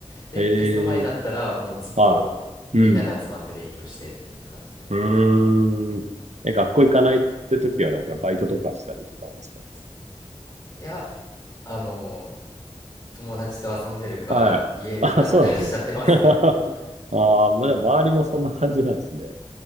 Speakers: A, on the left; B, on the right.
A: で、
B: ええ。
A: テスト前になったら、もうずっとみんなで集まって勉強してっていう感じで。
B: はい。うん。うーん。え、学校行かないって時は、なんかバイトとかしたりとかなんですか
A: いや、あの、友達と遊んでるか、
B: はい。
A: 家でダラダラしちゃってますね。
B: あ、そうなんですね。<laughs>
A: はい。
B: ああ、まあ、でも周りもそんな感じなんですね。